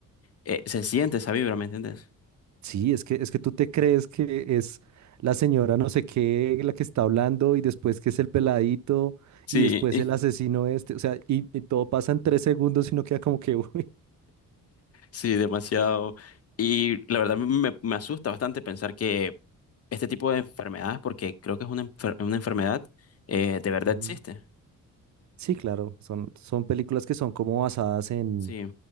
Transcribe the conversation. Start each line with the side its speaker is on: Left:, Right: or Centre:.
Left: eh, se siente esa vibra, ¿me entiendes?
Right: Sí, es que, es que tú te crees que es la señora no sé qué la que está hablando y después que es el peladito
Left: Sí,
Right: y después
Left: <laughs>
Right: el asesino este, o sea, y, y todo pasa en tres segundos y no queda como que, <laughs> uy.
Left: sí, demasiado. Y la verdad me, me asusta bastante pensar que este tipo de enfermedades, porque creo que es una, enfer- una enfermedad, eh, de verdad
Right: Ujú.
Left: existe.
Right: Sí, claro, son, son películas que son como basadas en,
Left: Sí.